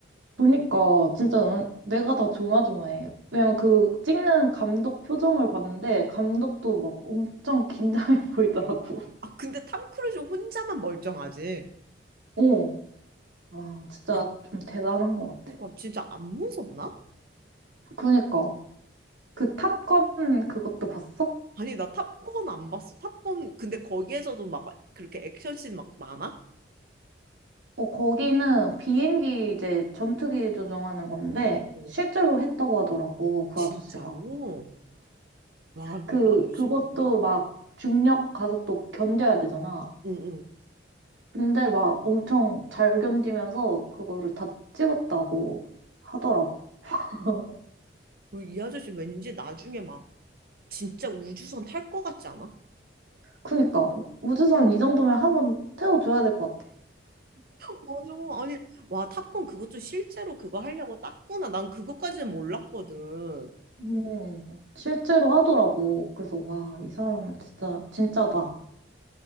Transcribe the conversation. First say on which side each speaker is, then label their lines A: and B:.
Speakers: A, on the right (about 85°); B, on the right (about 50°).
A: 보니까 진짜 난 내가 다 조마조마해. 왜냐면 그 찍는 감독 표정을 봤는데 감독도 막 엄청 긴장해 <laughs> 보이더라고.
B: 아, 근데 탐 크루즈 혼자만 멀쩡하지.
A: 어. 아, 진짜
B: 아,
A: 좀 대단한 것
B: 그러니까
A: 같아.
B: 진짜 안 무섭나?
A: 그러니까 그 탑건 그것도 봤어?
B: 아니, 나 탑건 안 봤어. 탑건, 근데 거기에서도 막 그렇게 액션씬 막 많아?
A: 어, 거기는 비행기 이제 전투기 조종하는 건데
B: 어,
A: 실제로 했다고 하더라고, 그
B: 진짜로?
A: 아저씨가.
B: 와,
A: 그,
B: 이 아저씨
A: 그것도
B: 능력?
A: 막 중력 가속도 견뎌야 되잖아.
B: 응, 응.
A: 근데 막 엄청 잘 견디면서 그거를 다 찍었다고 하더라고. <laughs>
B: 이 아저씨 왠지 나중에 막 진짜 우주선 탈 것 같지 않아? 어,
A: 그니까, 우주선 이 정도면 한번 태워줘야 될 것 같아.
B: 맞아. 아니, 와, 탑건 그것도 실제로 그거 하려고 땄구나. 난 그것까지는 몰랐거든.
A: 음, 실제로 하더라고. 그래서 와, 이 사람은 진짜, 진짜다.